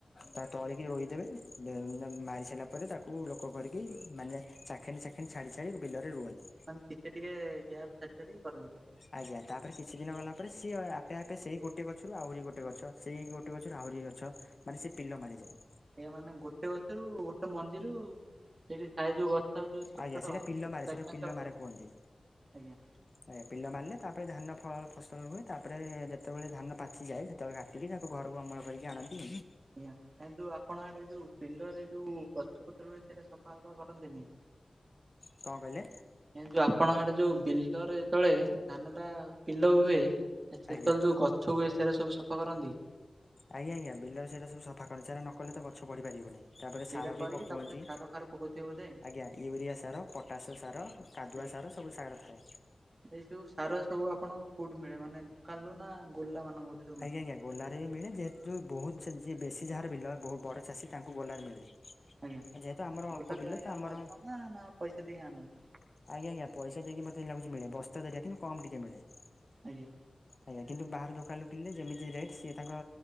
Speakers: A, on the left; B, on the right.
A: ତା ତଳିକି ରୋଇଦେବେ, <unintelligible> ମାରି ସାରିଲା ପରେ ତାକୁ ଲୋକ କରିକି ମାନେ ଚାଖେଣ୍ଡେ ଚାଖେଣ୍ଡେ ଛାଡ଼ିଛାଡ଼ି ବିଲରେ ରୁଅନ୍ତି।
B: ମାନେ ଟିକେ ଟିକେ ଗ୍ୟାପ୍ ଛାଡ଼ି ଛାଡ଼ି କରନ୍ତି ବୋଧେ।
A: ଆଜ୍ଞା ତାପରେ କିଛିଦିନ ଗଲାପରେ ସିଏ ଆପେ ଆପେ ସେଇ ଗୋଟେ ଗଛରୁ ଆହୁରି ଗୋଟେ ଗଛ, ସେଇ ଗୋଟେ ଗଛରୁ ଆହୁରି ଗଛ। ମାନେ ସେ ପିଲ ମାରିଯାଏ।
B: ଆଜ୍ଞା ମାନେ ଗୋଟେ ଗଛରୁ ଗୋଟେ ମଞ୍ଜିରୁ ସେଇଟି ଥାଏ ଯୋଉ ଗଛ ଯୋଉ ଛୋଟ
A: ଆଜ୍ଞା ସେଇଟା
B: ଛୋଟ,
A: ପିଲ
B: ସେଇଟୁ
A: ମାରେ
B: ଚାରି
A: ସେଇଟା
B: ପାଞ୍ଚଟା
A: ପିଲ
B: ଗଛ,
A: ମାରେ କୁହନ୍ତି।
B: ଆଜ୍ଞା।
A: ଆଜ୍ଞା ପିଲ ମାରିଲେ ତାପରେ ଧାନ ଫଳ ଫସଲ ହୁଏ ତାପରେ ଯେତେବେଳେ ଧାନ ପାଚିଯାଏ ସେ ତବେଳେ କାଟିକି ତାକୁ ଘରକୁ ଅମଳ କରିକି ଆଣନ୍ତି।
B: ଆଜ୍ଞା ଯୋଉ ଆପଣ ଆଡେ ଯୋଉ ପିଲରେ ଯୋଉ ଗଛ ପତ୍ର ହୁଏ ସେଇଟା ସଫା ସଫା କରନ୍ତିନି?
A: କଣ କହିଲେ,
B: ଏ ଯୋଉ ଆପଣଙ୍କ ହାଡେ ଯୋଉ ବିଲରେ ଯେତେବେଳେ ଧାନ ଟା ପିଲ ହୁଏ ସେତେବେଳେ
A: ଆଜ୍ଞା।
B: ଯୋଉ ଗଛ ହୁଏ ସେଇଟା ସବୁ ସଫା କରନ୍ତି।
A: ଆଜ୍ଞା ଆଜ୍ଞା ବିଲରେ ସେଟା ସଫା କର ସେଟା ନ କଲେ ତ ଗଛ ବଢିପାରିବ ନି ତାପରେ
B: ସେଇଟା
A: ସାର
B: କରିକି
A: ବି ପକଉନ୍ତି
B: ତାପରେ ସାର ଫାର ପକଉଥିବେ ବୋଧେ?
A: ଆଜ୍ଞା ୟୁରିଆ ସାର ପଟାସ ସାର କାଦୁଆ
B: ଆଜ୍ଞା
A: ସାର ସବୁ ସାର ଥାଏ।
B: ଏଇ ସବୁ ସାର ସବୁ ଆପଣଙ୍କୁ କୋଉଠି ମିଳେ ମାନେ ଦକାନ ରୁ ଗୋଲଲା ମାନଙ୍କ ଠାରୁ।
A: ଆଜ୍ଞା ଆଜ୍ଞା ଗୋଲାରେ ବି ମିଳେ ଯେହେତୁ ବହୁତ ବେଶୀ ଯାହାର ବିଲ ବହୁତ ବଡ଼ ଚାଷୀ ତାଙ୍କୁ ଗୋଲାରେ ମିଳେ,
B: <unintelligible>
A: ଯେହେତୁ ଆମର ଅଳ୍ପ ବିଲ ତ ଆମର <inaudible>
B: ଆଜ୍ଞା!
A: ଆଜ୍ଞା କିନ୍ତୁ ବାହାର ଦୋକାନରୁ କିଣିଲେ ଯେମିତି ରେଟ୍ ସିଏ ତାଙ୍କ